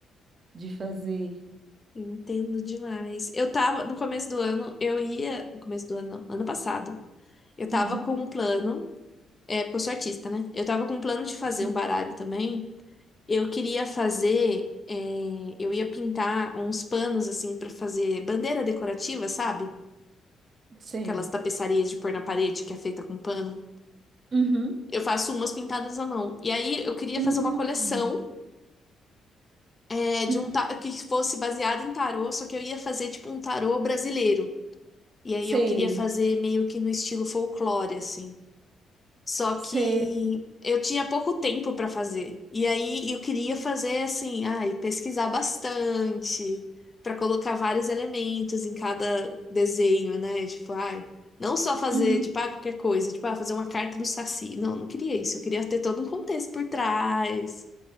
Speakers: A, on the right; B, on the left.
A: de fazer.
B: entendo demais. Eu tava, no começo do ano, eu ia. No começo do ano, não, ano passado. Eu tava
A: Uhum.
B: com um plano. É, porque eu sou artista, né? Eu tava com um plano de fazer
A: Uhum.
B: um baralho também. Eu queria fazer. é, eu ia pintar uns panos, assim, pra fazer bandeira decorativa, sabe?
A: Sei.
B: Aquelas tapeçarias de pôr na parede que é feita com pano.
A: Uhum.
B: Eu faço umas pintadas à mão. E aí eu queria
A: Uhum.
B: fazer uma coleção, é, de
A: Uhum.
B: um ta- que fosse baseada em tarô, só que eu ia fazer tipo um tarô brasileiro. E aí
A: Sei.
B: eu queria fazer meio que no estilo folclore, assim. Só
A: Sei.
B: que eu tinha pouco tempo para fazer. E aí eu queria fazer assim, ai, pesquisar bastante, para colocar vários elementos em cada desenho, né? Tipo, ai, não só fazer,
A: Uhum.
B: tipo, ah, qualquer coisa, tipo, ah, fazer uma carta do Saci. Não, eu não queria isso. Eu queria ter todo um contexto por trás,